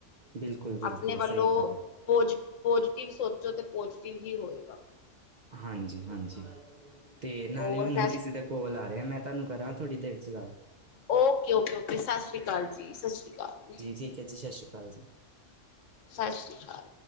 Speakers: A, on the right (about 45°); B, on the left (about 75°).
A: ਬਿਲਕੁਲ ਬਿਲਕੁਲ
B: ਆਪਣੇ ਵੱਲੋਂ
A: ਸਹੀ ਗੱਲ ਹੈ
B: ਪੋਜ-ਪੋਜ਼ੀਟਿਵ ਸੋ ਜੋ ਤੇ ਪੋਜੀਟਿਵ ਹੀ ਹੋਏਗਾ।
A: ਹਾਂਜੀ-ਹਾਂਜੀ। ਤੇ ਨਾਲ
B: ਔਰ
A: ਹੀ ਮੈਨੂੰ
B: ਫੈਸ
A: ਕਿਸੇ ਦੇ ਕੋਲ ਆ ਰਿਹਾ, ਮੈਂ ਤੁਹਾਨੂੰ ਕਰਾਂ ਤੁਹਾਡੀ ਦੇਰ ਚ ਗੱਲ।
B: Okay, okay, okay. ਸਤਿ ਸ਼੍ਰੀ ਅਕਾਲ ਜੀ, ਸਤਿ ਸ਼੍ਰੀ ਅਕਾਲ।
A: ਠੀਕ ਹੈ ਜੀ ਸਤਿ ਸ਼੍ਰੀ ਹਾਂਜੀ।
B: ਸਤਿ ਸ਼੍ਰੀ ਅਕਾਲ।